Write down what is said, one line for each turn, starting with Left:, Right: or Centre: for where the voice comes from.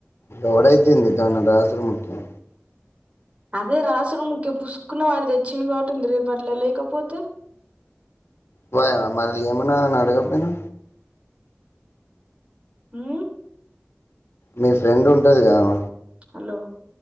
Left: లోడైతుంది తను రాజు ముఖ్యం
Right: అదే రాసులు ముఖ్యం పుసుక్కున వాడి తెచ్చిన కాబటి ఉంది రేపు అట్లా లేకపోతే
Left: బ మళ్ళీ ఏమనా అని అడగపోయినా
Right: మ్మ్
Left: మీ ఫ్రెండ్ ఉంటదిగామ
Right: హలో